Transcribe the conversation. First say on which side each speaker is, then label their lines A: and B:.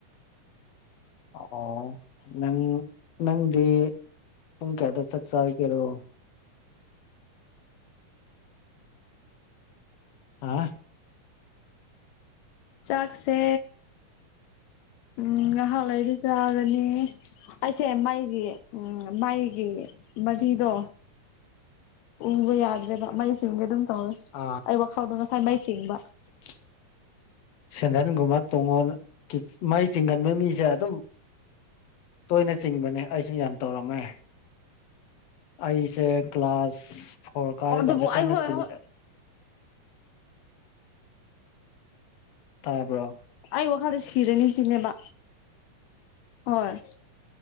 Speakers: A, on the left (about 65°); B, on the left (about 80°).
A: ꯑꯣ ꯅꯪ ꯅꯪꯗꯤ ꯄꯨꯡ ꯀꯌꯥꯗ ꯆꯥꯛ ꯆꯥꯕꯤꯒꯦꯔꯣ ꯑ
B: ꯆꯥꯛꯁꯦ ꯎꯝ ꯉꯥꯏꯍꯥꯛ ꯂꯩꯗꯤ ꯆꯥꯒꯅꯤ ꯑꯩꯁꯦ ꯃꯥꯏꯒꯤ ꯎ ꯃꯥꯏꯒꯤ ꯃꯔꯤꯗꯣ ꯎꯕ ꯌꯥꯗ꯭ꯔꯦꯕ ꯃꯩ ꯁꯤꯡ ꯑꯗꯨꯝ ꯇꯧꯔ
A: ꯑ
B: ꯑꯩ ꯋꯥꯈꯥꯎꯗꯣ ꯉꯁꯥꯏ ꯃꯥꯏ ꯆꯤꯡꯕ
A: <inaudible> ꯁꯦꯟꯗꯟꯒꯨꯝꯕ ꯇꯣꯡꯉꯣꯟ ꯃꯥꯏ ꯆꯤꯡꯒꯟꯕ ꯃꯤꯁꯦ ꯑꯗꯨꯝ ꯇꯣꯏꯅ ꯆꯤꯡꯕꯅꯦ ꯑꯩꯁꯨ ꯌꯥꯝ ꯇꯧꯔꯝꯃꯦ ꯑꯩꯁꯦ ꯀ꯭ꯂꯥꯁ ꯐꯣꯔ ꯀꯥꯔꯤ
B: ꯑꯣ ꯑꯗꯨꯕꯨ
A: ꯀꯥꯟꯗ ꯀꯟꯅ
B: ꯑꯩ ꯍꯣꯏ
A: ꯆꯤꯡꯉ
B: ꯍꯣꯏ
A: ꯇꯥꯔꯕ꯭ꯔꯣ
B: ꯑꯩ ꯋꯥꯈꯜꯗ ꯁꯤꯔꯅꯤꯁꯤꯅꯦꯕ ꯍꯣꯏ